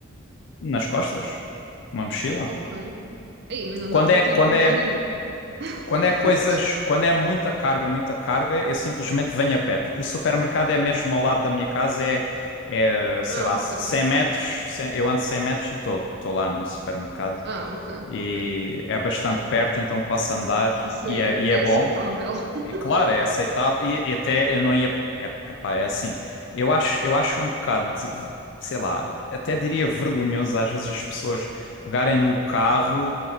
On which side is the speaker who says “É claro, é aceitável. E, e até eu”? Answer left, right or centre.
Left